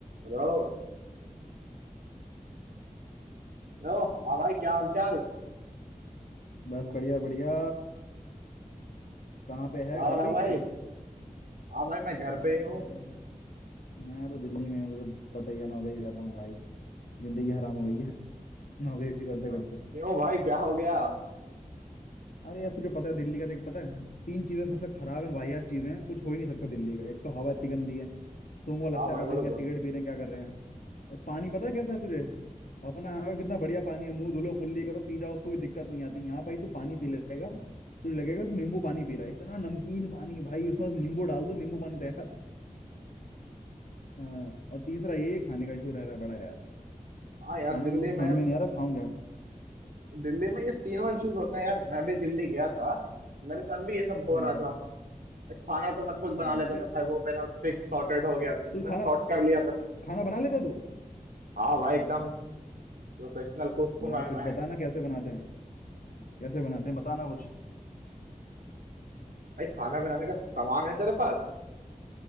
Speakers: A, on the right (about 85°); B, on the left (about 70°).
A: Hello Hello हाँ भाई क्या हाल चाल
B: बस बढ़िया बढ़िया कहाँ पे
A: क्या
B: है घर
A: हो रहा
B: पे
A: भाई
B: ही है
A: हाँ भाई मैं घर पे ही हूँ
B: अरे मैं तो दिल्ली में हूँ तुझे पता ही है नौकरी कर रहा हूँ भाई जिंदगी हराम हो गई है <laughs> नौकरी करते
A: और- क्यों
B: करते
A: भाई क्या हो गया
B: अरे यार तुझे पता है दिल्ली का देख पता है तीन चीजें सबसे खराब है वाहियात चीजें हैं कुछ हो ही नहीं सकता दिल्ली का एक तो हवा इतनी गंदी है सूंघो लगता
A: हाँ भाई
B: है पता
A: वो
B: नहीं
A: तो
B: क्या
A: बहुत
B: सिगरेट पी रहे हैं क्या कर रहे हैं पानी पता है कैसा है तुझे अपना यहाँ का कितना बढ़िया पानी है मुंह धुलो कुल्ली करो पी जाओ उसको कोई दिक्कत नहीं आती यहाँ भाई तू पानी पी लेगा तुझे लगेगा तू नींबू पानी पी रहा है इतना नमकीन पानी भाई उसमें बस नींबू डाल दो नींबू पानी तैयार हाँ और तीसरा ये खाने का इशू रह रहा है बड़ा यार
A: हाँ यार
B: खाने
A: दिल्ली
B: का कुछ
A: में
B: समझ में नहीं आ रहा खाऊं क्या
A: दिल्ली में ये तीनों इश्यूज होते हैं यार मैं भी दिल्ली गया था मेरे साथ भी ये सब हो
B: हाँ
A: रहा था खाना तो मैं खुद बना
B: हम्म,
A: लेता
B: अरे
A: था भाई वो मेरा फिक्स सॉर्टेड हो गया था
B: तू
A: मैं
B: खाना
A: सॉर्ट कर लिया था
B: खाना बना लेता तू
A: हाँ भाई एकदम प्रोफेशनल कुक हूँ
B: यार
A: मैं
B: कुछ
A: मैं
B: बताना कैसे बनाते हैं कैसे बनाते हैं बताना कुछ
A: भाई खाना बनाने का सामान है तेरे पास